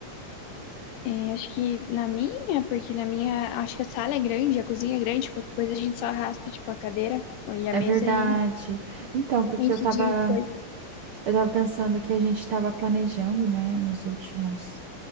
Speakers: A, on the left; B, on the right.
A: É, acho que na minha, porque na minha, acho que a sala é grande, a cozinha é grande, qualquer coisa a gente só arrasta, tipo, a cadeira e a
B: É
A: mesa
B: verdade.
A: e
B: Então, porque
A: enche
B: eu tava,
A: de coisa.
B: eu tava pensando que a gente tava planejando, né, nos últimos